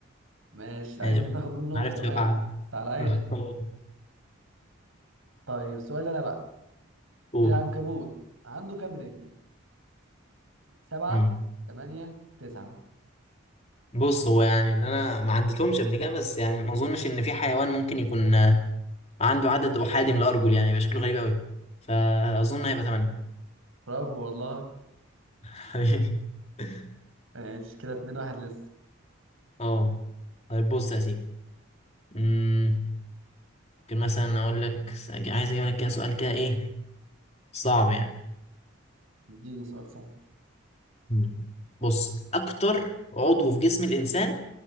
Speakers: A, on the right (about 75°); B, on the left (about 30°).
A: ماشي
B: يعني
A: عايز انت تاخد منه نقطة
B: عرفت
A: كمان
B: وقع
A: بس على عينك
B: <laughs>
A: طيب سؤال انا بقى
B: قول
A: العنكبوت عنده كام رجل؟ سبعة
B: مم.
A: تمانية تسعة
B: بص هو يعني ان انا ما عدتهمش قبل كده بس يعني ما اظنش ان في حيوان ممكن يكون آه، عنده عدد احادي من الارجل يعني يبقى شكله غريب قوي فاظن هيبقى 8
A: برافو والله
B: <laughs>
A: ماشي كده 2-1 لسه
B: اه طيب بص يا سيدي مم، ممكن مثلا اقول لك عايز اجيب لك كده سؤال كده ايه صعب يعني
A: اديني سؤال صعب
B: مم. بص اكتر عضو في جسم الانسان